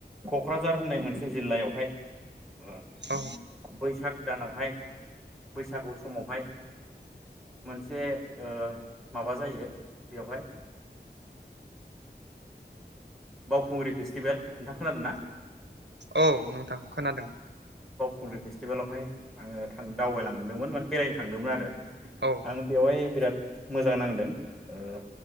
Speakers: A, in the centre; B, on the right.
A: क'क्राझार होननाय मोनसे जिल्लायावहाय अ
B: औ
A: बैसाग भुतानावहाय बैसागु समावहाय मोनसे ओ माबा जायो बेवहाय बावखुंग्रि फेस्टिभेल नोंथां खोनादों ना?
B: औ नोंथां खोनादों।
A: खुंग्रिं फेटिभेलावहाय आङो थां दावबायलांदोंमोन माने बेरायनो थांदोंमोन आरो।
B: औ
A: आं बेवहाय बिराद मोजां नांदों ओ